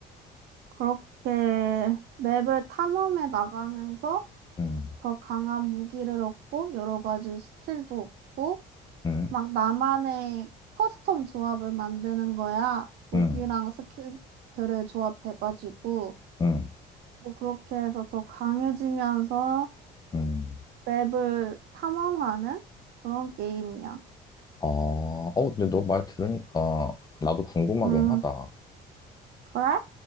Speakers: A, on the right; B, on the left.
A: 그렇게 맵을 탐험해 나가면서
B: 응,
A: 더 강한 무기를 얻고 여러 가지 스킬도 얻고
B: 응,
A: 막 나만의 커스텀 조합을 만드는 거야. 무기랑
B: 응,
A: 스킬들을 조합해가지고,
B: 응,
A: 뭐 그렇게 해서 더 강해지면서
B: 응.
A: 맵을 탐험하는 그런 게임이야.
B: 아, 어, 근데 너 말 들으니까 나도 궁금하긴
A: 음,
B: 하다.
A: 그래?